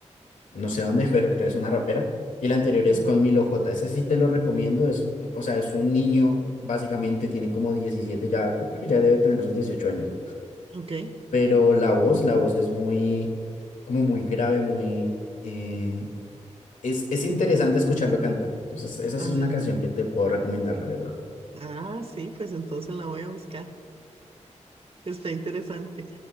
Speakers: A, on the left; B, on the right.
A: no sé dónde, <laughs> pero creo que es una rapera. Y la anterior es
B: Mm.
A: con Milo J. Ese sí te lo recomiendo, es, o sea, es un niño, básicamente tiene como 17 ya, yo creo que ya debe tener sus 18 años.
B: Ok.
A: pero la voz, la voz es muy, como muy grave, muy... eh, es, es interesante escucharlo cantar. Entonces, esa
B: Ajá.
A: es una canción que te puedo recomendar, la verdad.
B: Ah, sí, pues entonces la voy a buscar. Está interesante.